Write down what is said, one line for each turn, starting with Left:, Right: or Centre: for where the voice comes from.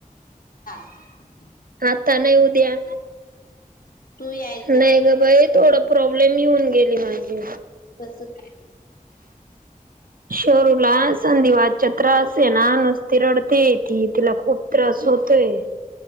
Left: ह
Right: आता नाही उद्या
Left: तू यायचं
Right: नाही ग बाई थोडा प्रॉब्लेम येऊन गे माज
Left: कसं काय
Right: चरूला संधीवाच्या त्रास ये ना नुसती रडते ती तिला खूप त्रास होतोय ते